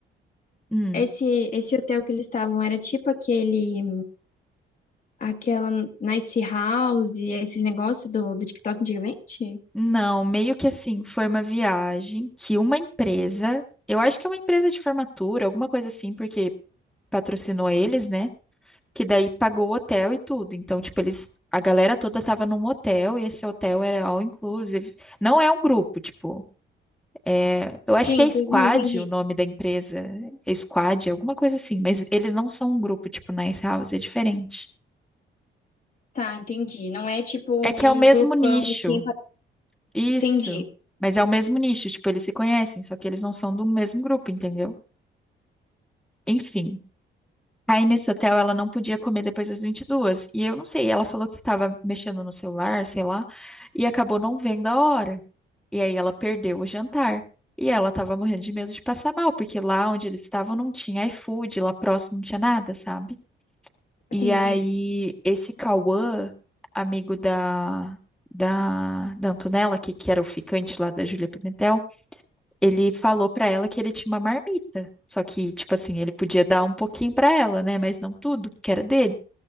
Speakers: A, in the centre; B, on the left.
A: Hum.
B: esse, esse hotel que eles estavam era tipo aquele, aquela Nice House, esses negócios do, do TikTok antigamente?
A: Não, meio que assim, foi uma viagem que uma empresa, eu acho que é uma empresa de formatura, alguma coisa assim, porque patrocinou eles, né? Que daí pagou o hotel e tudo. Então, tipo, eles, a galera toda tava num hotel e esse hotel era all inclusive. Não é um grupo, tipo. É, eu acho
B: Sim,
A: que é
B: entendi.
A: Squad
B: Não, entendi.
A: o nome da empresa. É Squad, alguma coisa assim. Mas eles não são um grupo tipo Nice House, é diferente.
B: Tá, entendi. Não é tipo um
A: É que é o mesmo
B: grupão
A: nicho.
B: assim, pra-
A: Isso.
B: entendi,
A: Mas é o mesmo nicho. Tipo, eles se conhecem, só que eles não são do mesmo grupo, entendeu? Enfim. Aí nesse hotel ela não podia comer depois das vinte e duas E eu não sei, ela falou que estava mexendo no celular, sei lá, e acabou não vendo a hora. E aí ela perdeu o jantar. E ela tava morrendo de medo de passar mal, porque lá onde eles estavam não tinha iFood, lá próximo não tinha nada, sabe? E
B: entendi.
A: aí esse Cauã, amigo da, da, da Antonella, que, que era o ficante lá da Júlia Pimentel, ele falou pra ela que ele tinha uma marmita. Só que, tipo assim, ele podia dar um pouquinho pra ela, né? Mas não tudo, porque era dele.